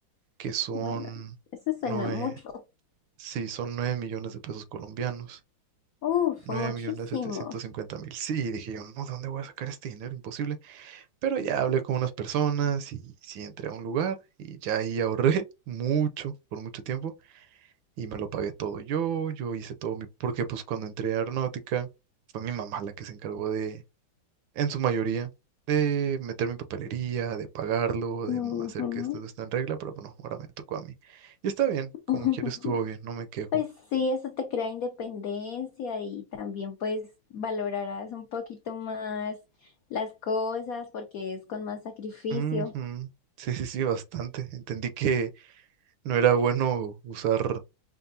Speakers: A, on the right (about 75°); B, on the left (about 75°).
A: que son
B: Bueno, eso suena
A: nueve,
B: mucho.
A: sí, son 9 millones de pesos colombianos.
B: Uf,
A: nueve
B: muchísimo.
A: millones setecientos cincuenta mil. Sí, dije yo, no, ¿de dónde voy a sacar este dinero? Imposible. Pero ya hablé con unas personas y sí entré a un lugar y ya ahí ahorré <laughs> mucho, por mucho tiempo, y me lo pagué todo yo, yo hice todo mi, porque pues cuando entré a aeronáutica fue mi mamá la que se encargó de, en su mayoría, de meter mi papelería, de pagarlo,
B: Ujú.
A: de hacer que esto no esté en regla, pero bueno, ahora me tocó a mí. Y está bien,
B: <laughs>
A: como quieres estuvo bien, no me quejo.
B: Pues sí, eso te crea independencia y también pues valorarás un poquito más las cosas porque es con más sacrificio.
A: Ujú, Sí, sí, sí, bastante. Entendí que no era bueno usar